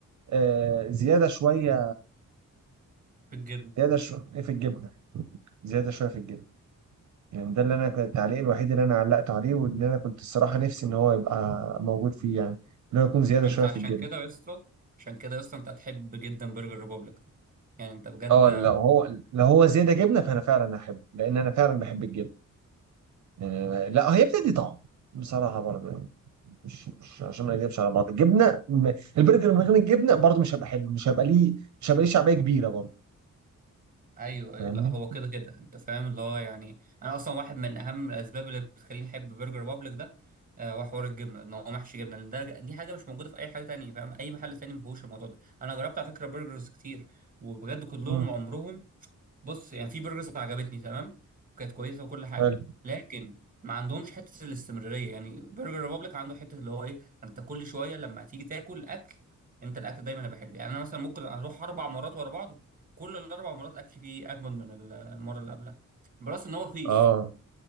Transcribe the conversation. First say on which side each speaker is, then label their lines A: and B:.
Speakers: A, on the right (about 65°); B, on the right (about 25°).
A: آه، زياده شويه
B: بالجبن
A: زياده شويه في الجبنه زياده شويه في الجبنه يعني ده اللي انا كان التعليق الوحيد اللي انا علقت عليه وان انا كنت الصراحه نفسي ان هو يبقى موجود فيه يعني ان هو يكون زياده
B: انت
A: شويه
B: عشان
A: في الجبنه
B: كده يا اسطى عشان كده يا اسطى انت هتحب جدا برجر ريبوبليك ده. يعني انت بجد
A: اه لو هو لو هو زياده جبنه فانا فعلا احبه لان انا فعلا بحب الجبنه يعني أنا- لا هي بتدي طعم بصراحه برضه يعني مش مش عشان ما نكذبش على بعض الجبنه م- البرجر من غير الجبنه برضه مش هيبقى حلو مش هيبقى ليه مش هيبقى ليه شعبيه كبيره برضه
B: ايوه
A: فاهمني؟
B: ايوه لا هو كده كده انت فاهم اللي هو يعني انا اصلا واحد من اهم الاسباب اللي بتخليني احب برجر بابليك ده آه، هو حوار الجبنه ان هو محشي جبنه لان ده دي حاجه مش موجوده في اي حاجه تانية فاهم اي محل تاني ما فيهوش الموضوع ده انا جربت على فكره برجرز كتير وبجد كلهم
A: امم
B: عمرهم بص يعني في برجرز عجبتني تمام كانت كويسه وكل حاجه
A: حلو
B: لكن ما عندهمش حته الاستمراريه يعني برجر ريبابليك عنده حته اللي هو ايه انت كل شويه لما تيجي تاكل اكل انت الاكل دايما هيبقى حلو يعني انا مثلا ممكن اروح اربع مرات ورا بعض كل الاربع مرات الاكل فيه اجمد من ال- المره اللي قبلها بلس ان هو رخيص
A: اه